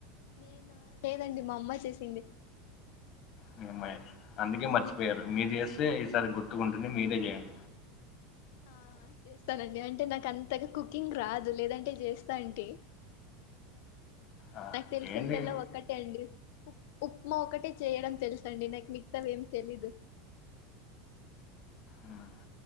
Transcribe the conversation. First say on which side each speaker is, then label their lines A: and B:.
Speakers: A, on the left; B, on the left.
A: నేనా లేదండి మా అమ్మ చేసింది
B: మీ అమ్మాయి అందుకే స్క్వేర్ మీరు జేస్తే ఈసారి గుడ్ తుగుంటునే మీరే చేయన్
A: ఆ చేస్తానండి అంటే నాకంతగా కుకింగ్ రాదు లేదంటే జేస్తాంటి
B: ఆ
A: నాక్ తెలిసిందల్లా
B: చేయండి
A: ఒక్కటే అండి ఉప్ ఉప్మా ఒకటే చేయడం తెల్సండి నాకు మిగితవేం తెలీదు
B: ఉమ్,